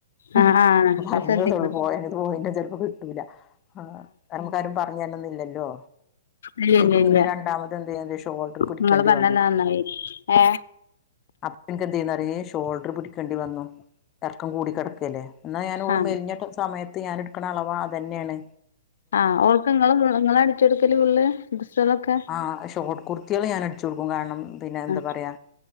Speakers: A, on the left; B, on the left.
A: ഹ്
B: ആ ആ
A: പറഞ്ഞള്ളൂ
B: അത് ശ്രദ്ധിക്കണം
A: പോയത് പോയി ചെലപ്പോ കിട്ടൂല്ല. ആ കര്ണം നമുക്കാരും പറഞ്ഞര്നൊന്നില്ലല്ലോ.
B: ഇല്ല ഇല്ല
A: ക്ക് പിന്നെ
B: ഇല്ല
A: രണ്ടാമത് എന്തേയ്ത് ഷോൾഡർ പിടിക്കേണ്ടി
B: നിങ്ങള് പറഞ്ഞത്
A: വന്നു.
B: നന്നായി ഏ
A: അപ്പന്ക്ക് എന്തെര്ന്നറിയെ ഷോൾഡർ പിടിക്കേണ്ടി വന്നു എറക്കം കൂടി കടക്കല്ലേ. എന്നാ ഞാന ഓൾ
B: ആ
A: മെലഞ്ഞ സമയത്ത് ഞാൻ എടുക്ക്ണെ അളവ അത് തന്നെയാണ്.
B: ആഹ് ഓൾക്ക് ങ്ങള് ങ്ങളാ അടിച്ചെടുക്കല് ഫുള്ള് ഡ്രസേളൊക്കെ
A: ആ ഷോർട്ട് കുർത്തികൾ ഞാൻ അടിച്ചു കൊടുക്കും കാരണം പിന്നെ എന്താ
B: ആ
A: പറയാ